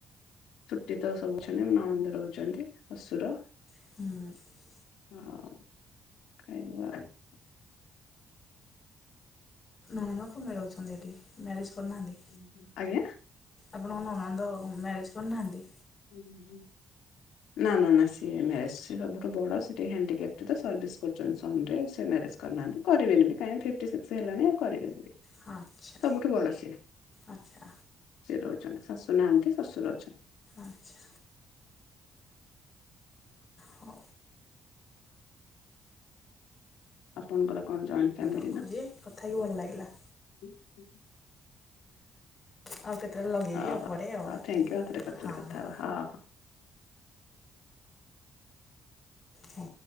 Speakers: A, on the left; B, on the left.
A: ଶୁଚି ତ ସବୁ ଅଛନ୍ତି ନଣନ୍ଦ ରହୁଛନ୍ତି ଶଶୁର
B: ହଁ।
A: ହୋଉ <unintelligible>
B: ମନକୁ
A: ଏମିତି
B: ମିଳଉଛନ୍ତି ଏଠି ମ୍ୟାରେଜ୍ କରିନାହାନ୍ତି?
A: ଆଉ। ଆଜ୍ଞା?
B: ଆପଣ ନଣନ୍ଦ ମ୍ୟାରେଜ କରିନାହାନ୍ତି?
A: ହୁଁ ହୁଁ। ନା ନା ନା ସିଏ ମ୍ୟାରେଜ ସବୁଠୁ ବଡ ସେଟିକେ ହେଣ୍ଡିକେପ୍ଟ ତ ସର୍ଭିସ କରୁଛନ୍ତି ସମ ରେ ସେ ମ୍ୟାରେଜ କରିନାହାନ୍ତି କରିବେନି ବି କାଇଁନା ଫିଫ୍ଟି ସିକ୍ସ୍ ହେଲାଣି କରିବେନି।
B: ହଁ ଆଚ୍ଛା
A: ସବୁଠୁ ବଡ ସିଏ-
B: ଆଚ୍ଛା
A: ସିଏ ରହୁଚନ୍ତି ଶାଶୁ ନାହାନ୍ତି ଶଶୁର ଅଛନ୍ତି।
B: ଆଚ୍ଛା ହଉ
A: ଆପଣଙ୍କର କଣ ଜଏଣ୍ଟ୍ ଫ୍ୟାମିଲି?
B: ରଖୁଚି କଥା ହେଇକି ଭଲ ଲାଗିଲା।
A: ହୁଁ ହୁଁ।
B: ଆଉ କେତେବେଳେ ଲଗେଇବି
A: ଓ
B: ଆଉ
A: ହୋ
B: ପରେ ଆଉ
A: ହଉ ଥ୍ୟାଙ୍କ୍ ୟୁ ଆଉ ଥରେ କେତେବେଳେ
B: ହଁ
A: କଥା
B: ହଁ
A: ହବା ହଁ।
B: ହଁ।